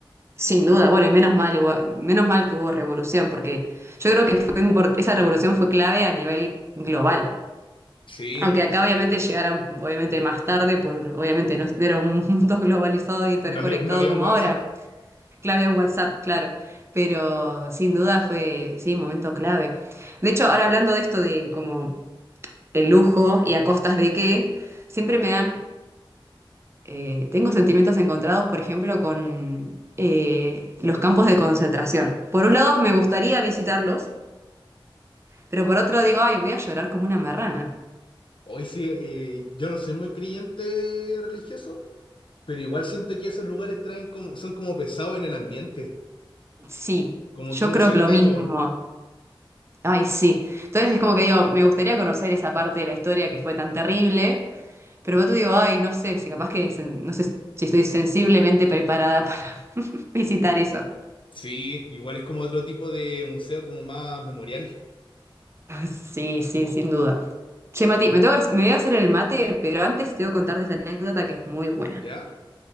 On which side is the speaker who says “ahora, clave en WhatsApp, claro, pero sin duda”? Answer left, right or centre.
Right